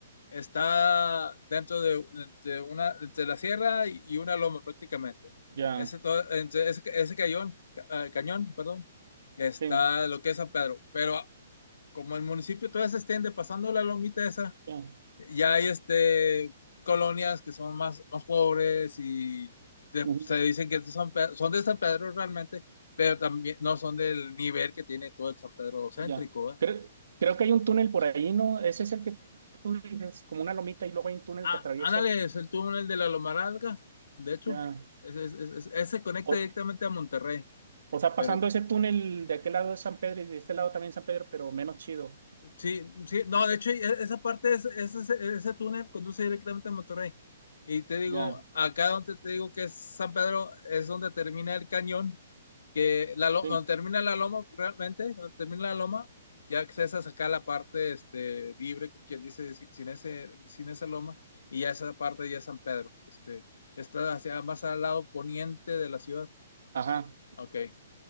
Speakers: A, on the left; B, on the right.
A: está dentro de, entre una, entre la sierra y, y una loma prácticamente.
B: Ya.
A: Ese, to- entre ese, ese cañón, ca- eh, cañón, perdón, está
B: Sí,
A: lo que es San Pedro, pero como el municipio todavía se extiende pasando la lomita esa,
B: ya.
A: ya hay este, colonias que son más, más pobres y te-
B: ujú,
A: se dicen que son, pe- son de San Pedro realmente, pero también no son del nivel que tiene todo el San Pedro céntrico,
B: ya.
A: ¿va?
B: Creo, creo que hay un túnel por ahí, ¿no? Ese es el que tú dices, como una lomita y luego hay un túnel
A: Ah,
B: que atraviesas.
A: ándale, es el túnel de la Lomaralga, de hecho,
B: Ya.
A: ese es- es- es- ese conecta
B: O,
A: directamente a Monterrey,
B: o sea,
A: pero
B: pasando ese túnel de aquel lado de San Pedro y de este lado también San Pedro, pero menos chido.
A: sí, sí, no, de hecho, e- esa parte, es, es- es- ese túnel conduce directamente a Monterrey. Y te digo,
B: Ya,
A: acá donde te digo que es San Pedro, es donde termina el cañón que la, lo-
B: sí.
A: donde termina la loma, realmente, donde termina la loma, ya accesas acá a sacar la parte este, libre, como quien dice, si- sin ese, sin esa loma, y ya esa parte ya es San Pedro. Este, está hacia más al lado poniente de la ciudad.
B: Ajá,
A: Ok.